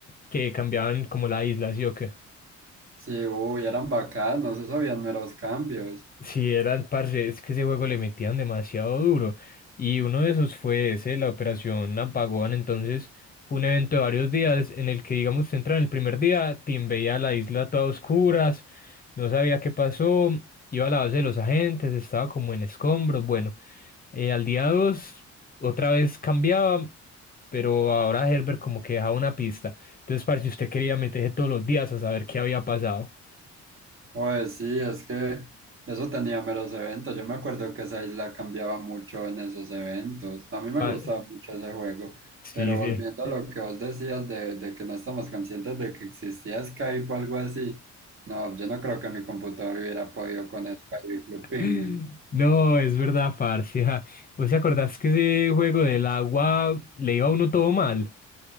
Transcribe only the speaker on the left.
que cambiaban como la isla, ¿sí o qué?
Sí, eran, parce, es que ese juego le metían demasiado duro. Y uno de esos fue ese, la operación Apagón. Entonces, fue un evento de varios días en el que, digamos, usted entra en el primer día, Tim veía la isla toda a oscuras, no sabía qué pasó, iba a la base de los agentes, estaba como en escombros. Bueno, eh, al día dos, otra vez cambiaba, pero ahora Herbert como que dejaba una pista. Entonces, parce, usted quería meterse todos los días a saber qué había pasado.
Pa-
sí,
sí.
<laughs>
No, es verdad, parce. <laughs> ja. ¿Vos te acordás que ese juego del agua le iba a uno todo mal?